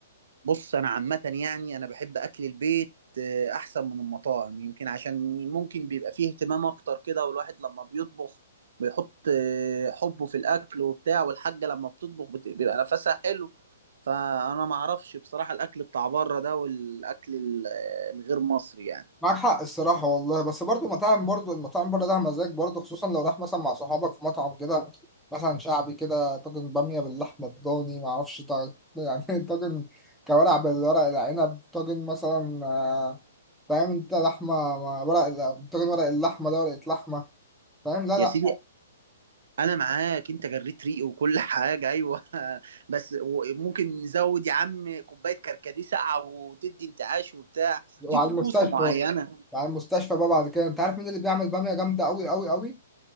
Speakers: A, on the right; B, in the centre.
A: بص انا عامه يعني انا بحب اكل البيت آه، احسن من المطاعم يمكن عشان ممكن بيبقى فيه اهتمام اكتر كده والواحد لما بيطبخ بيحط آه، حبه في الاكل وبتاع والحاجه لما بتطبخ بت- بيبقى نفسها حلو فانا ما اعرفش بصراحه الاكل بتاع بره ده والاكل ال- آه، الغير مصري يعني
B: معاك حق الصراحة والله بس برضو مطاعم برضو المطاعم بره ده مزاج برضو خصوصا لو راح مثلا مع صحابك في مطعم كده مثلا شعبي كده طاجن بامية باللحمة الضاني معرفش طا- يعني <laughs> طاجن كوارع بالورق العنب طاجن مثلا آه، فاهم انت لحمة مع ورق ال- طاجن ورق اللحمة ده ورقة لحمة فاهم لا
A: يا
B: لا
A: سيدي انا معاك انت جريت ريقي وكل حاجه ايوه <laughs> بس و- ممكن نزود يا عم كوبايه كركديه ساقعه وتدي انتعاش وبتاع
B: وعلى
A: دي طقوس
B: المستشفى
A: معينه
B: وعلى المستشفى بقى بعد كده انت عارف مين اللي بيعمل بامية جامدة أوي أوي أوي؟